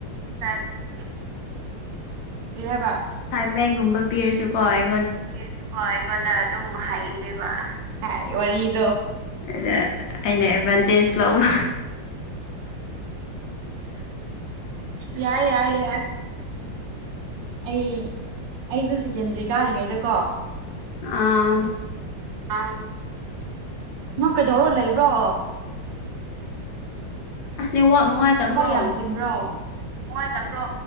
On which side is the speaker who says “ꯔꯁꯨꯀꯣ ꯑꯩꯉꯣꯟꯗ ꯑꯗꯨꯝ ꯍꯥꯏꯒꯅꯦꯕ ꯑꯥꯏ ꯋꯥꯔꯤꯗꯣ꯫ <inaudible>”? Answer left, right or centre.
Right